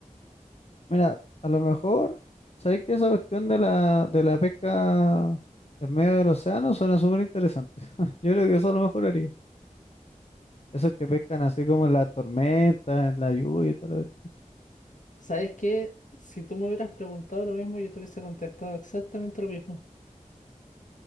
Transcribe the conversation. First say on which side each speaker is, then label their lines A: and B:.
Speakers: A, on the left; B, on the left.
A: Mira, a lo mejor, ¿sabéis que esa cuestión de la, de la pesca en medio del océano suena súper interesante? <laughs> Yo creo que eso a lo mejor haría. Esos que pescan así como en la tormenta, en la lluvia y todo lo Es
B: ¿Sabes qué? Si tú me hubieras preguntado lo mismo, yo te hubiese contestado exactamente lo mismo.